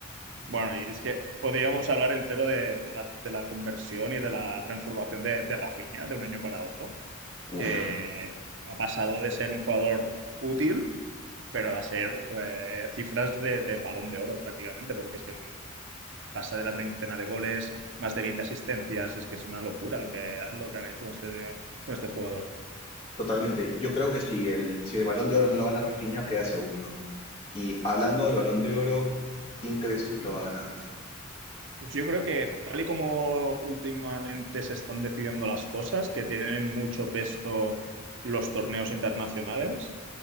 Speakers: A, on the right; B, on the left.
A: Bueno, y es que podríamos hablar entero de, de la, de la conversión y de la transformación de, de Rafinha de un año para otro
B: Uf,
A: que ha pasado de ser un jugador útil, pero a ser eh, cifras de, de balón de oro prácticamente, porque es que pasa de la treintena de goles, más de 20 asistencias, es que es una locura lo que, lo que han hecho con este, con este jugador.
B: totalmente. Yo creo que si el, si el Balón de Oro no lo gana Rafinha, queda segundo. Y hablando del Balón de Oro, ¿quién crees tú que lo va a ganar?
A: Pues yo creo que tal y como últimamente se están decidiendo las cosas, que tienen mucho peso los torneos internacionales,